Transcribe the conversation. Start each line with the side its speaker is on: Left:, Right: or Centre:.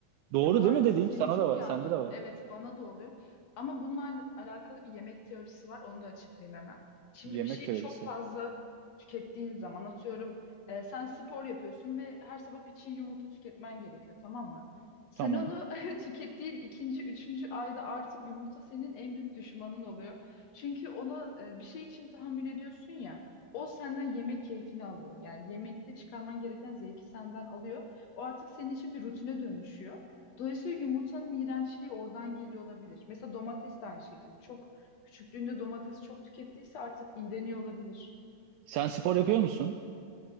Right: Doğru
Left: Ya bu
Right: değil
Left: arada
Right: mi dediğim?
Left: seni
Right: Sana
Left: çok
Right: da var,
Left: iyi
Right: sende
Left: anladım.
Right: de var.
Left: Evet bana da oluyor. Ama bununla al- alakalı bir yemek teorisi var. Onu da açıklayayım hemen. Şimdi
Right: Yemek
Left: bir şeyi
Right: teorisi.
Left: çok fazla tükettiğin zaman atıyorum e, sen spor yapıyorsun ve her sabah bir çiğ yumurta tüketmen gerekiyor tamam mı? Sen
Right: Tamam.
Left: onu <laughs> tükettiğin ikinci, üçüncü ayda artık yumurta senin en büyük düşmanın oluyor. Çünkü ona e, bir şey için tahammül ediyorsun ya. O senden yemek keyfini alıyor. Yani yemekte çıkarman gereken zevki senden alıyor. O artık senin için bir rutine dönüşüyor. Dolayısıyla yumurtanın iğrençliği oradan geliyor olabilir. Mesela domates de aynı şekilde. Çok küçüklüğünde domates çok tükettiyse artık iğreniyor olabilir.
Right: Sen spor yapıyor musun?